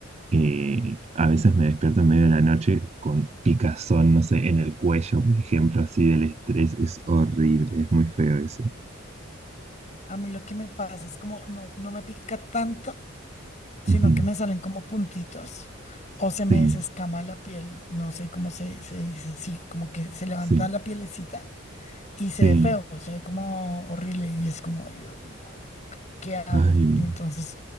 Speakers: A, on the right (about 30°); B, on the left (about 35°).
A: eh, a veces me despierto en medio de la noche con picazón, no sé, en el cuello, por ejemplo, así del estrés. Es horrible, es muy feo eso.
B: A mí lo que me pasa es como no, no me pica tanto, sino
A: Ujú.
B: que me salen como puntitos o se me
A: Sí,
B: desescama la piel, no sé cómo se, se dice, sí, como que se levanta
A: sí,
B: la pielecita y
A: sí.
B: se ve feo, se ve como horrible y es como, Dios mío, ¿qué hago?
A: Ay, no
B: Y entonces,